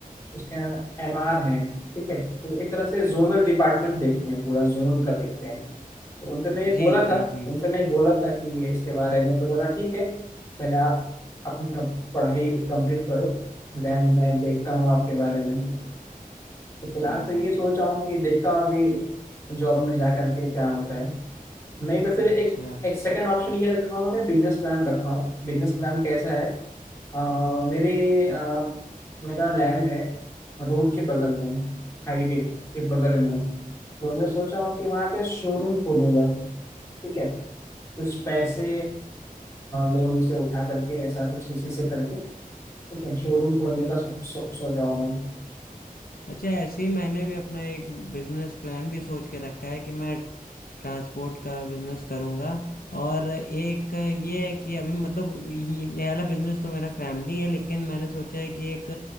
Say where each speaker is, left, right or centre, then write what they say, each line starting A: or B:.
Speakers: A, on the left (about 20°); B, on the left (about 80°).
A: उसके यहाँ एम आर है ठीक है तो एक तरह से जोनल डिपार्टमेंट देखते हैं पूरा जोन का देखते हैं तो उनसे मैं ये
B: जी
A: बोला
B: जी
A: था
B: जी
A: उनसे मैं बोला था कि ये इसके बारे में तो बोला ठीक है मैंने आप अपनी कम, पढ़ाई कंप्लीट करो देन मैं देखता हूँ आपके बारे में तो फिलहाल
B: जी
A: तो ये सोच रहा हूँ कि देखता हूँ अभी जॉब में जा करके क्या होता है नहीं तो फिर
B: अच्छा
A: एक एक सेकेंड ऑप्शन ये रखा हूँ मैं बिजनेस प्लान रखा हूँ बिजनेस प्लान कैसा है अ, मेरे अ, मेरा लैंड है रोड के बगल में हाईवे के बगल में तो मैं सोचा हूँ कि वहाँ पे शोरूम खोलूंगा ठीक है कुछ पैसे लोन से उठा करके ऐसा कुछ किसी से करके ठीक है शोरूम खोलने का सो, सो, सोचा हूँ मैंने
B: अच्छा ऐसे ही मैंने भी अपना एक बिजनेस प्लान भी सोच के रखा है कि मैं ट्रांसपोर्ट का बिजनेस करूंगा और एक ये है कि अभी मतलब ये ये वाला बिजनेस तो मेरा फैमिली है लेकिन मैंने सोचा है कि एक